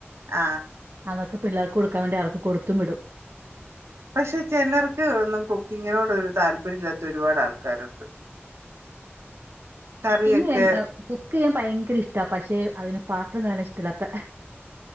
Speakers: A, on the right (about 80°); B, on the right (about 55°).
A: ആ
B: അവർക്ക് പിള്ളേർക്ക് കൊടുക്കാൻ വേണ്ടി അവർക്ക് കൊടുത്തും വിടും
A: പക്ഷെ ചെലർക്ക് ഒന്നും കുക്കിങ്ങിനോടൊരു താല്പര്യം ഇല്ലാത്ത ഒരുപാട് ആൾക്കാരുണ്ട് കറിയൊക്കെ
B: കുക്കിംങ് എ കുക്ക് കുക്ക് ചെയ്യാൻ ഭയങ്കര ഇഷ്ടാ പക്ഷെ അതിന് പാത്രം കഴുകാൻ ഇഷ്ടല്ലാത്ത